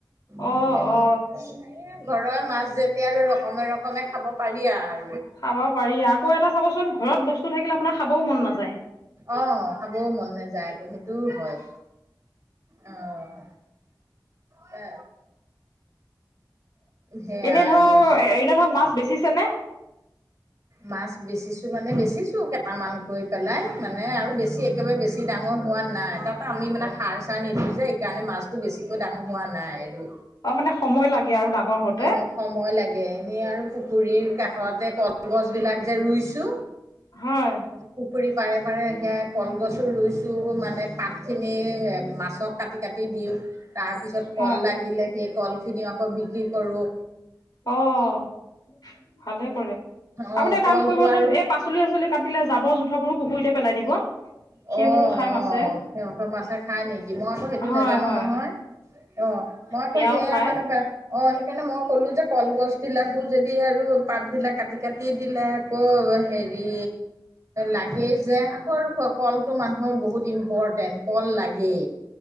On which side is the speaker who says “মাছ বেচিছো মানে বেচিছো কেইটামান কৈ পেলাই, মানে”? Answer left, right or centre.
Right